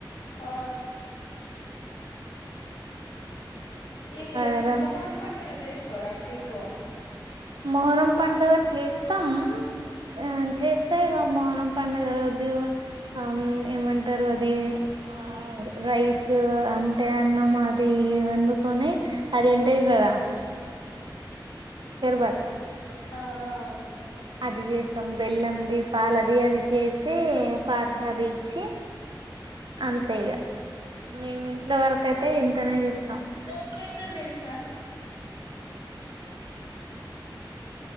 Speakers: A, on the left; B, on the right.
A: ఆ ఇది
B: ఆ
A: ది
B: రం
A: మొహరం పండుగ జెస్ కోరాక్కఎక్కువ
B: మొహరం పండుగ చేస్తాం ఆ చేస్తే ఇగ మొహరం పండుగ రోజు ఆమ్ ఏమంటారు అది ఆ రైస్ అంటే అన్నం అది వండుకొని అదిేంటాయి గదా శర్బత్
A: ఆ ఆ
B: అది చేస్తాం బెల్లంది పాలది అది చేసి పా తది ఇచ్చి అంతే ఇగా మేం ఇంట్లో వరకు అయితే ఇంతనే చేస్తాం
A: ప్రభు బేడతలు తెలుసా